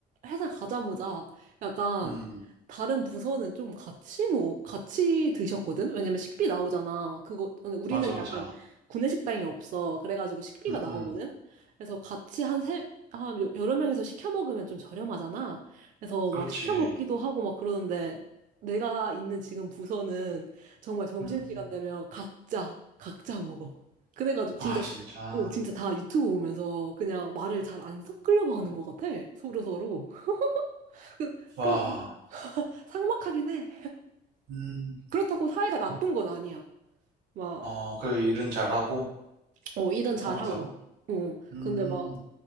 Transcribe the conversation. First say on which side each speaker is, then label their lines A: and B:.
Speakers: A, on the right (about 50°); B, on the right (about 80°).
A: 회사 가자마자 약간
B: 음, 음.
A: 다른 부서는 좀 같이 뭐, 같이 드셨거든? 왜냐면 식비 나오잖아. 그거, 근데 우리는
B: 맞아, 맞아.
A: 약간 구내식당이 없어. 그래가지고 식비가
B: 음,
A: 나오거든?
B: 음,
A: 그래서 같이 한 세, 한 여- 여러 명이서 시켜 먹으면 좀 저렴하잖아. 그래서
B: 그렇지.
A: 막 시켜 먹기도 하고 막 그러는데 내가 있는 지금 부서는 정말 점심시간
B: 음,
A: 되면 각자, 각자 먹어. 그래가지고
B: 아,
A: 진짜
B: 진짜.
A: 어, 진짜 다 유튜브 보면서 그냥 말을 잘 안 섞으려고 하는 것 같아. 서로서로. <laughs> 그-
B: 와,
A: 근데 삭막하긴 해.
B: 음,
A: 그렇다고 사이가 나쁜 건 아니야. 막,
B: 어, 그 일은 잘하고
A: 어, 일은 잘하고.
B: 서로 서로.
A: 어,
B: 음.
A: 근데 막